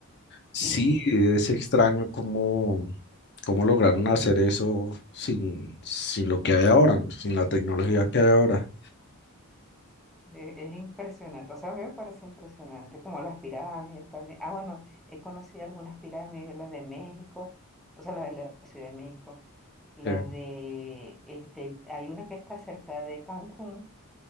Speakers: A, on the left; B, in the centre.
A: Sí,
B: Sí,
A: es extraño cómo, cómo lograron hacer eso sin, sin lo que hay ahora, sin la tecnología
B: claro,
A: que hay ahora.
B: e- es, impresionante, o sea, a mí me parece impresionante, como las pirámides también. Ah, bueno, he conocido algunas pirámides, las de México, o sea, la de la Ciudad de México. La
A: Sí,
B: de, este, hay una que está cerca de Cancún,